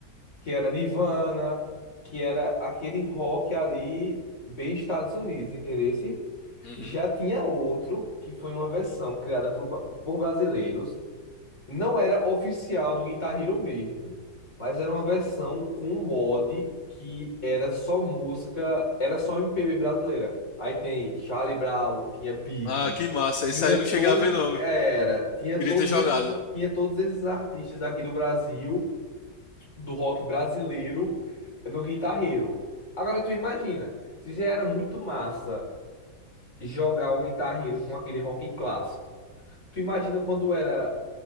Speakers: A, on the left; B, on the left.
A: que era Nirvana, que era aquele rock ali bem Estados Unidos, entendeu?
B: Uhum.
A: Já tinha outro, que foi uma versão criada por, ba- por brasileiros, não era oficial do Guitar Hero mesmo, mas era uma versão com um mod que era só música, era só MPB brasileira. Aí tem Charlie Brown, tinha Pitty,
B: Ah, que massa.
A: tinha
B: Isso aí eu não
A: todos,
B: cheguei a ver, não.
A: era, tinha todos
B: Queria ter jogado.
A: esses, tinha todos esses artistas daqui do Brasil, do rock brasileiro no Guitar Hero. Agora tu imagina, se já era muito massa jogar o Guitar Hero com aquele rock clássico. Tu imagina quando era